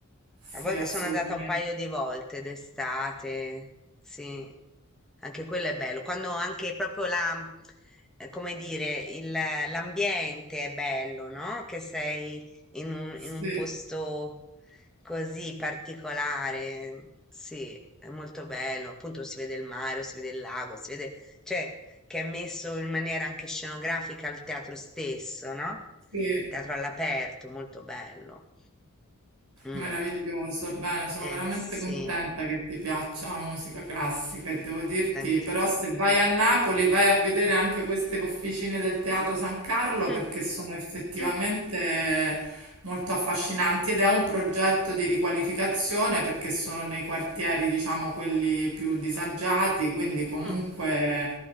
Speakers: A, on the right; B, in the centre.
A: sì,
B: a volte
A: assolutamente.
B: sono andata un paio di volte d'estate, sì, anche quello è bello, quando anche proprio la, eh, come dire, il- l'ambiente è bello, no? Che sei in un,
A: Sì,
B: in un posto così particolare. Sì, è molto bello. Appunto si vede il mare, si vede il lago, si vede, cioè che è messo in maniera anche scenografica al teatro stesso, no?
A: sì.
B: Teatro all'aperto, molto bello. Mm.
A: Meraviglioso, bene, sono
B: Eh,
A: veramente
B: sì,
A: contenta che ti piaccia la musica classica e devo dirti,
B: tantissimo.
A: però se vai a Napoli vai a vedere anche queste officine del Teatro San Carlo
B: Mm,
A: perché sono effettivamente
B: mm,
A: molto affascinanti ed è un progetto di riqualificazione perché sono nei quartieri, diciamo, quelli più disagiati,
B: ah,
A: quindi comunque
B: mm.